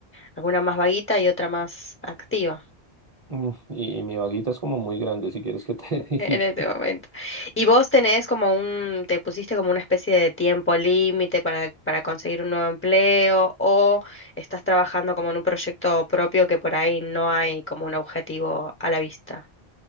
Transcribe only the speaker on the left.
Alguna más vaguita y otra más activa.
en
este momento. ¿Y vos tenés como un, te pusiste como una especie de tiempo límite para, para conseguir un nuevo empleo o estás trabajando como en un proyecto propio que por ahí no hay como un objetivo a la vista?